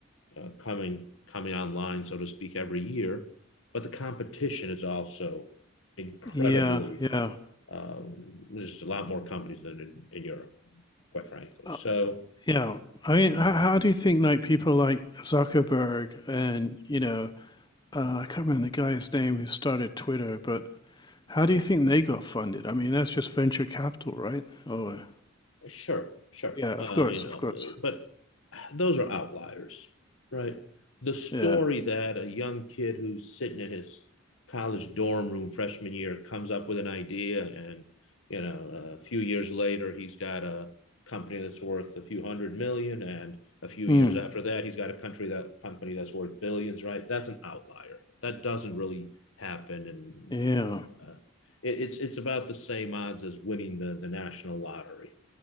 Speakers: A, on the left; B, on the left.
A: uh, coming coming online, so to speak, every year. But the competition is also incredibly
B: yeah, yeah,
A: um, there's a lot more companies than in, in Europe, quite frankly.
B: uh,
A: So
B: yeah. I mean, how, how do you think like people like Zuckerberg and you know uh, I can't remember the guy's name who started Twitter, but how do you think they got funded? I mean, that's just venture capital, right? Oh,
A: Sure, sure.
B: yeah, of
A: I
B: course,
A: mean, uh,
B: of course.
A: but those are outliers, right? The story
B: Yeah.
A: that a young kid who's sitting in his college dorm room freshman year comes up with an idea, and you know, a few years later, he's got a company that's worth a few hundred million, and a few years
B: Mm,
A: after that, he's got a country that company that's worth billions, right? That's an outlier. That doesn't really happen, and
B: yeah.
A: uh, it, it's it's about the same odds as winning the the national lottery